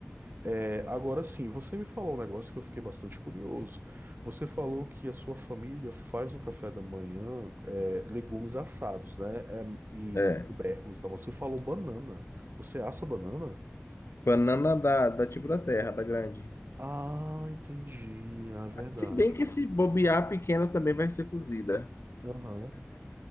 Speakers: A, on the right; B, on the left.
A: É, agora sim, você me falou um negócio que eu fiquei bastante curioso. Você falou que a sua família faz no café da manhã é, legumes assados, né? É, e
B: É.
A: tubérculos e tal. Você falou banana. Você assa banana?
B: Banana da, da tipo da terra, da grande.
A: Ah, entendi. É verdade.
B: Se bem que se bobear a pequena também vai ser cozida.
A: Aham.